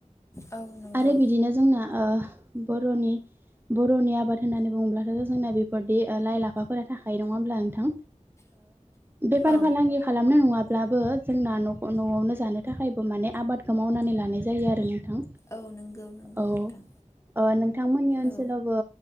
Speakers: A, on the left (about 20°); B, on the right (about 15°).
A: औ नंगौ
B: आरो बिदिनो जोंना बरनि बर'नि आबाद होननानै बुङोब्लाथ' जोंना बे दि लाइ लाफाफोरा थाखाय नङााबब्ला नोंथां बेफार
A: औ
B: फालांगि खालामनो नङा अ्लाबो जोंना न'आवनो जानो थाखायबो माने आबादखौ मावनानै लानाय जायो आरो न नोंथां
A: औ नंगौ नंगौ
B: औ
A: नोंथां
B: नोंथांमोननि ओनसोलावबो
A: औ